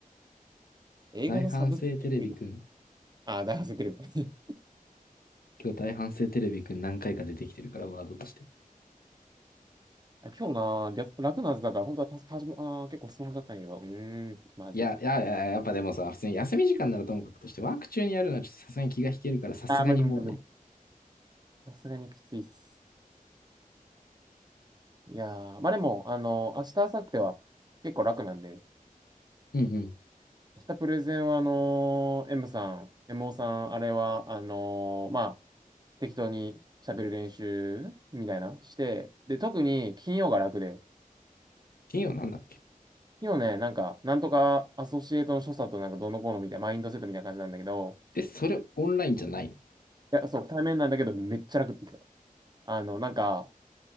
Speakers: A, on the right (about 30°); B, on the left (about 85°).
A: 英語のサブスクリプト、
B: 大反省テレビくん。
A: ああ、大発生テレビ。<laughs>
B: 今日大反省テレビくん何回か出てきてるから、ワードとして。
A: 今日な、略楽なはずだから、本当はたはじもあー結構スマホだったんだけど、うーん、まずい。
B: いや、いや、いややっぱでもさ、普通に休み時間ならともかくとして、ワーク中にやるのはちょっとさすがに気が引けるから、さすがにもうね。
A: あー、無理無理無理。さすがにきついっす。いやー、まあでも、あの、明日、明後日は結構楽なんで、
B: うんうん。
A: 明日プレゼンは、あのー M さん、MO さん、あれは、あのーまあ、適当に喋る練習みたいなして、で、特に金曜が楽で、
B: 金曜なんだっけ
A: 金曜ね、なんか、なんとかアソシエイトの所作となんかどうのこうのみたいな、マインドセットみたいな感じなんだけど、
B: え、それオンラインじゃないの
A: いや、そう、対面なんだけど、めっちゃ楽って言ってた。あの、なんか、